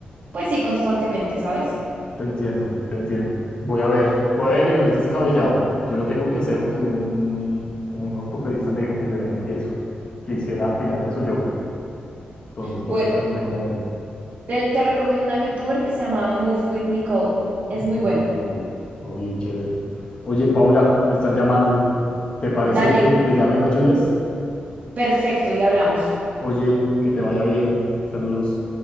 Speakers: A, on the right; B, on the left.
A: pues sí constantemente, ¿sabes?
B: Te entiendo, te entiendo. Voy a ver, voy a ver y no es descabellado. Yo lo tengo que hacer porque un, un ortopedista me dijo que yo era muy tieso, que hiciera pilates o yoga. Entonces
A: Bueno,
B: toca hacerlo en algún momento.
A: te, te recomiendo una youtuber que se llama Move with Nicole, es
B: No,
A: muy buena.
B: co- Oye, chévere. Oye, Paula, me están llamando. ¿Te parece
A: Dale,
B: que te llame en ocho días?
A: perfecto, y hablamos.
B: Oye, que te vaya bien. Saludos.